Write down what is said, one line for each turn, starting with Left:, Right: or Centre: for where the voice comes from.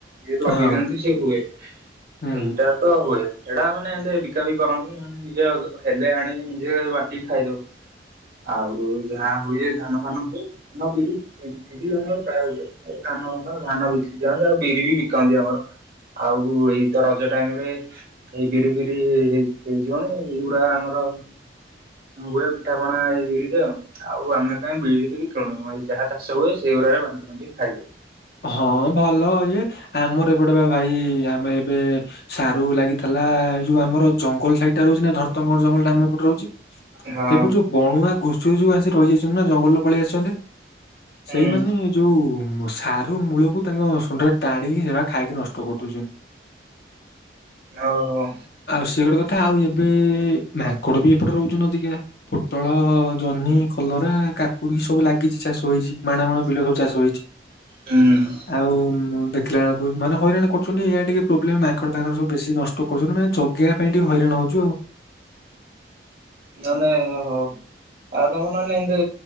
Right: ସେ ଲଗେଇଦିଅନ୍ତି,
Left: ହଁ
Right: ସେ ହୁଏ ସେଇଟା
Left: ହୁଁ
Right: ତ ହୁଏ, ସେଇଟା ମାନେ ଏ ବିକା ବିିକି କରନ୍ତିନି। ମାନେ ନିଜ ହେଲେ ଆଣି ନିଜେ ବାଣ୍ଟିକି ଖାଇଦଉ। ଆଉ ଯାହା ହୁଏ ଧାନ ଫାନ ହୁଏ। ଧାନ, ବିରି ବିରି, ଧାନ ପ୍ରାୟ ହୁଏ, ଧାନ ଫାନ ବିକି ଦିଅନ୍ତି, ଆଉ ବିରି ବି ବିକନ୍ତି ଆମର। ଆଉ ଏଇ ତ ରଜ ଟାଇମ ରେ ଏଇ ବିରି ଫିରିଇ ହେଇ ହେଇଯିବଣି, ଏଇଗୁଡା ଆମର ହ ହୁଏ ପିଠାପଣା ଏଇ ବିରି ଟା, ଆଉ ଆମେ କାଇଁ ବିରି ଫିରି କିଣୁନୁ ଯାହା ଚାଷ ହୁଏ, ସେଗୁଡା ବାଣ୍ଟି ଫାଣ୍ଟିକି ଖାଇଦେଉ।
Left: ହଁ ଭଲ ଇଏ, ଆମର ଏପଟେ ବା ଭାଇ ଆମେ ଏବେ ସାରୁ ଲାଗିଥିଲା, ଏ ଯୋଉ ଆମର ଜଙ୍ଗଲ ସାଇଡ ଟା ରହୁଛି ନା, ଧରତଙ୍ଗର ଜଙ୍ଗଲ ଟା ଆମର ଏପଟେ ରହୁଛି।
Right: ହଁ
Left: ସେଇପଟ ଯୋଉ, ବଣୁଆ ଘୁଷୁରି ଯୋଉ ଆସି ରହିଯାଇଛନ୍ତି ନା, ଜଙ୍ଗଲରୁ ପଳେଇ ଆସିଛନ୍ତି।
Right: ହୁଁ
Left: ସେଇମାନୋନେ ଯୋଉ ସ ଯୋଉ ମୂଳକୁ ତାଙ୍କ ସୁଣ୍ଡରେ ଟାଣିକି, ସେଟା ଖାଇକି ନଷ୍ଟ କରିଦଉଛନ୍ତି।
Right: ଓଉହୋ
Left: ଆଉ ସେ ଗଟେ କଥା ଆଉ ଏବେ ମାଙ୍କଡ ବି ଏପଟେ ରହୁଚ ଅଧିକା। ପୋଟଳ, ଜହ୍ନି, କଲରା, କାକୁଡି ସବୁ ଲାଗିଛି ଚାଷ ହେଇଛି। ମାଣ ମାଣ ବିଲ ସବୁ ଚାଷ ହେଇଛି।
Right: ହଁ।
Left: ଆଉ ଦେଖିଲାେଳକୁ ମାନେ ହଇରାଣ କରୁଛନ୍ତି ଏଇଟା ଟିକେ ପ୍ରୋବ୍ଲେମ, ମାଙ୍କଡ ଫାଙ୍କଡ଼ ସବୁ ବେଶୀ ନଷ୍ଟ ଟ କରୁଛନ୍ତି, ନା ମାନେ ଜଗିବା ପାଇଁ ଟିକେ ହଇରାଣ ହଉଛି ଆଉ।
Right: ମାନେ ଓହୋ ଆଉ ତମର ମାନେ, ଏମିତି